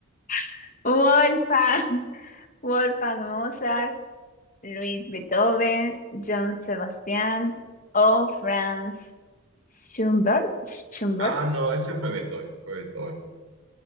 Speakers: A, on the left; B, on the right.
A: <laughs> Wolfgang, Wolfgang Mozart. Luis Beethoven, John Sebastián o Franz Schubert. Schubert.
B: Ah, no, ese fue Beethoven, fue Beethoven.